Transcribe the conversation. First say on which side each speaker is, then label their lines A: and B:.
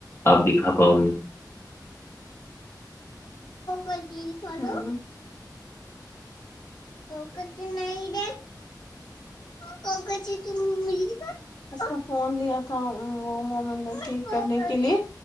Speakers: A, on the left; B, on the left.
A: آپ دکھا پاؤ گے
B: خ ہ پگچ نہیں ڈ پگچ تو مل ج اچھا فون لیا تھا وہ مومنٹ ٹیک کرنے کے لیے